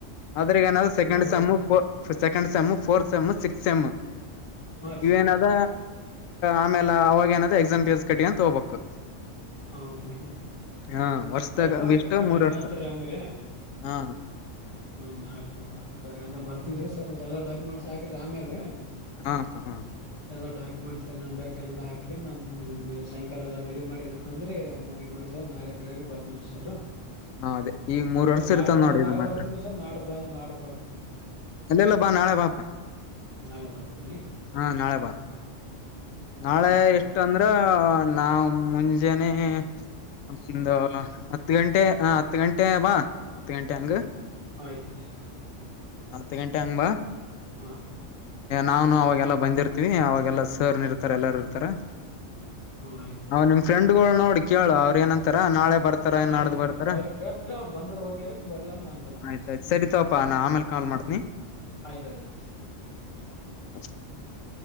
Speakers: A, on the left (about 85°); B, on the left (about 40°).
A: ಆದ್ರೆ ಏನಾದ್ ಸೆಕೆಂಡ್
B: ಹಾ ರೀ
A: ಸೇಮ್
B: ಹಾ ರೀ
A: second sem fourth sem sixth sem
B: ಹಾ ರೀ
A: ಇವೇನದ
B: ಸರ್
A: ಆಮೇಲೆ ಅವಾಗ ಏನಾದ್ರೂ ಎಕ್ಸಾಮ್ ಪಸ್ ಕಟ್ಟಿ ಅಂತ ಹೋಗ್ಬೇಕು
B: ಹೌದ್ರಿ
A: ಹಾ ವರ್ಷದಾಗ
B: ಐದೂವರ್ಷ
A: ಎಷ್ಟು ಮೂರ್
B: ಹೇಗೆ
A: ವರ್ಷ
B: ಅತೀರ ಹಾಗ್ರಿ
A: ಹಾ
B: ಹ್ಮ ನಾಳೆ ತೊಗ್ ಬರ್ತಾರೆ ಎಲ್ಲ ಬರ್ತನ್ ಸರ್ ಎ ಡಾಕ್ಯುಮೆಂಟ್ಸ್ ಹಾಕರಿ ಆಮೇಲ್ರಿ
A: ಹ್ಮ ಹಾ ಹಾ
B: ಎಲ್ಲ ಡಾಕ್ಯುಮೆಂಟ್ಸ್ಏ ಬೇಕಕ್ ಎಲ್ಲ ಹಾಕ್ರಿ ನ ಸಾಯಕಾಲ ಎಲ್ಲ ರೆಡಿ ಮಾಡಿ ಅಕಂದ್ರೆ ಅಮೌಂಟ್ ಇ ಮಾಡ್ತವ ನಾಳೆಬೆಳಗ್ಗೆ ಬರ್ತನಿ ಸರ್
A: ಅದೇ ಈ ಮೂರ್ ವರ್ಷ
B: ಇಲ್ಲ ನಾಳೆ
A: ಇರ್ತದ
B: ಬಂದ್ರೆ
A: ನೋಡಿ ಇದು
B: ನಾಳೆ
A: ಮಾತ್ರ
B: ಬರ್ತನ್ ಸರ್ ನಾಡ್ದ ಬಾಂದ್ರೆ ನಾಡ್ದ ಬರ್ತನ್ ಸರ್
A: ಅಲ್ಲೆಲ್ಲ ಬಾ ನಾಳೆ ಬಾಪಾ
B: ನಾಳೆ ಬರ್ತೇನ್ರಿ
A: ಹಾ ನಾಳೆ ಬಾ ನಾಳೆ
B: ಆಯ್ತ್ ತೊಗೊರಿ
A: ಎಷ್ಟ
B: ಸರ್
A: ಅಂದ್ರ ನಾವ್ ಮುಂಜಾನನೆ ಒಂದು ಹತ್ತು ಗಂಟೆ ಹತ್ ಗಂಟೆ ಬಾ ಹತ್ತು ಗಂಟೆ ಹಂಗ
B: ಆಯ್ತ್ ರೀಸ
A: ಹತ್ತು ಗಂಟೆ ಹಂಗಂಬಾ
B: ಹಾ ರೀ
A: ನಾನು ಅವಾಗೆಲ್ಲ ಬಂದಿರ್ತಿವಿ ಅವಾಗೆಲ್ಲಾ ಸರ್ ನಿ ಇರ್ ಇರ್ತ ಎಲ್ಲಾರ ಇರ್ತಾರ
B: ಹ್ಮ್ ಆಯ್ತ್ ರೀ
A: ಅವ ನಿಮ್ ಫ್ರೆಂಡ್ಗಳು ನೋಡ್ರಿ ಕೇಳು ಅವ್ರ ಏನಂತಾರ ನಾಳೆ ಬರ್ತಾರ
B: ಹ
A: ನಾಡ್ದ
B: ಆಯ್ತ ಸರ್
A: ಬರ್ತಾರ
B: ಅವ್ರಗ್ ಕೇಳತನ್ ಅವರು ಬಂದ್ರ ಓಕೆ ಬರ್ಲ ನಾನ್ ಬರ್ತೇನ
A: ಆಯ್ತಾಯ್ತು
B: ಸರ್
A: ಸರಿತವಪ್ಪಾ ನಾ ಆಮೇಲೆ ಕಾಲ್ ಮಾಡ್ತನಿ
B: ಆಯ್ತಾಯ್ತ ಸರ್
A: <inaudible>